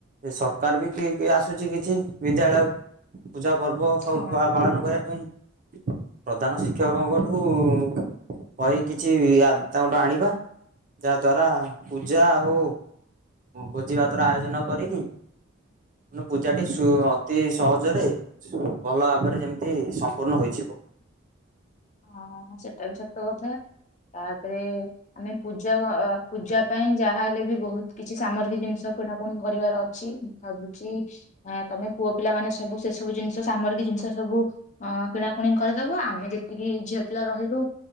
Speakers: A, on the right; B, on the left.
A: ସେ ସରକାର ବି କି କି ଆସୁଛି କିଛି ବିଦ୍ୟାଳୟକୁ ପୂଜା ପର୍ବ ସବୁ
B: ହଁ
A: ପାଳନ କରିବା ପାଇଁ ପ୍ରଧାନ ଶିକ୍ଷକଙ୍କଠୁ କହି କିଛି ତାଙ୍କଠୁ ଆଣିବା ଯାହା ଦ୍ଵାରା ପୂଜା ଓ ଭୋଜି ଭାତର ଆୟୋଜନ କରିକି ମ ପୂଜାଟି ସୁ ଅତି ସହଜରେ ଭଲ ଭାବରେ ଯେମିତି ସମ୍ପୂର୍ଣ୍ଣ ହୋଇଯିବ।
B: ହଁ ସେଟା ବି ସତ କଥା ତାପରେ ଆମେ ପୂଜା ପୂଜା ପାଇଁ ଯାହା ହେଲେ ବି ବହୁତ କିଛି ସାମଗ୍ରୀ ଜିନିଷ କିଣାକଣି କରିବାର ଅଛି ମୁଁ ଭାବୁଛି ତମେ ପୁଅ ପିଲା ମାନେ ସବୁ ସେସବୁ ଜିନିଷ ସାମରିକ ଜିନିଷ ସବୁ ହଁ କିଣାକୁଣି କରିଦବ ଆମେ ଯେ ଟିକେ ଝିଅ ପିଲା ରହିଲୁ